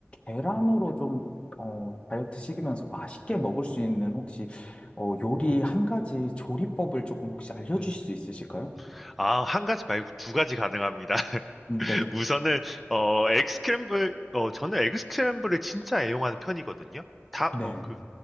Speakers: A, on the left (about 25°); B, in the centre.
A: 계란으로 좀 어, 다이어트 시키면서 맛있게 먹을 수 있는 혹시 어, 요리 한 가지 조리법을 조금 혹시 알려주실
B: 음.
A: 수 있으실까요?
B: 아, 한 가지 말고 두 가지 가능합니다.
A: 음,
B: <laughs>
A: 네,
B: 우선은 어, 에그스크램블 어, 저는 에그스크램블을 진짜 애용하는 편이거든요. 다,
A: 네,
B: 어, 그,